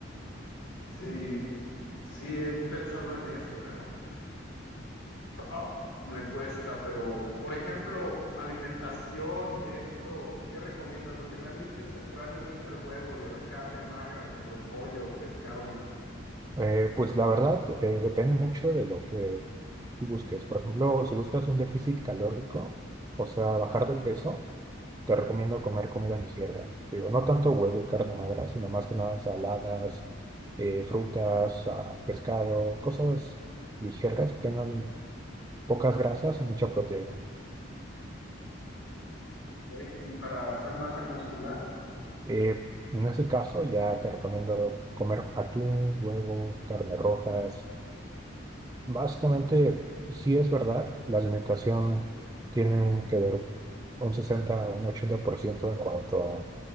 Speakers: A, on the left; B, on the right.
A: sí, sí he pensado en eso, pero <laughs> ah, me cuesta. Pero, por ejemplo, alimentación y eso, ¿qué recomiendas? Lo que me han dicho es entrarle mucho al huevo y a la carne magra, como de pollo o pescado.
B: Eh, pues la verdad, eh, depende mucho de lo que tú busques. Por ejemplo, si buscas un déficit calórico, o sea, bajar de peso, te recomiendo comer comidas ligeras. Digo, no tanto huevo, carne magra, sino más que nada saladas, eh, frutas, ah, pescado, cosas ligeras que tengan pocas grasas y mucha proteína.
A: Ok, ¿Y para hacer masa muscular?
B: Eh, en ese caso, ya te recomiendo comer atún, huevo, carne rojas. Básicamente, sí es verdad, la alimentación tiene un que ver un 60 a un 80% en cuanto a